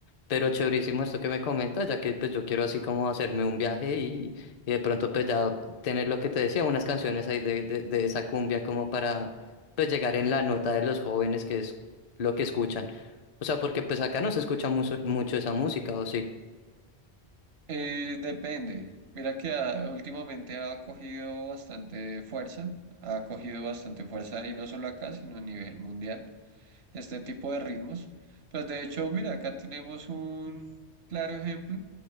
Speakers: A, on the left; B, on the right.
A: Pero chéverísimo esto que me comentas, ya que pues yo quiero así como hacerme un viaje y, y de pronto pues ya tener lo que te decía, unas canciones ahí de, de, de esa cumbia como para pues llegar en la nota de los jóvenes, que es lo que escuchan. O sea, porque pues acá no se escucha mucho, mucho esa música, ¿o sí?
B: eh, depende. Mira que ah, últimamente ha cogido bastante fuerza, ha cogido bastante fuerza y no solo acá, sino a nivel mundial. este tipo de ritmos. Pues de hecho, mira, acá tenemos un claro ejemplo